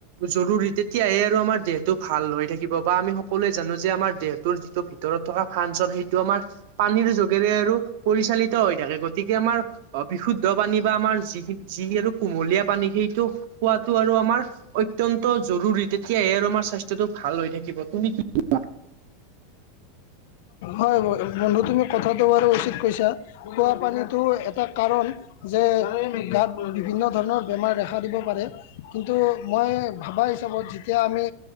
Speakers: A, on the right (about 50°); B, on the left (about 55°).
A: জৰুৰী তেতিয়াহে আৰু আমাৰ দেহটো ভাল হৈ থাকিব বা আমি সকলোৱে জানো যে আমাৰ - দেহটোৰ যিটো ভিতৰত থকা ফাংঞ্চ সেইটো আমাৰ পানীৰ যোগেৰে আৰু - পৰিচালিত হৈ থাকে গতিকে আমাৰ - অ বিশুদ্ধ পানী বা আমাৰ যি যি আৰু কুমলীয়া পানী সেই - টো খোৱাটো আৰু আমাৰ অত্যন্ত জৰুৰী তে - তেতিয়াহে আৰু আমাৰ স্বাস্থ্যটো ভাল হৈ থাকিব তুমি কি -
B: হয় বন্ধু তুমি কথাটো বাৰু উচিত কৈছা - খোৱা পানীটো এটা কাৰণ। যে গাত বিভিন্ন ধৰণৰ বেমাৰ দেখা দিব পাৰে। কিন্তু মই ভাবা হিচাপত যেতিয়া আমি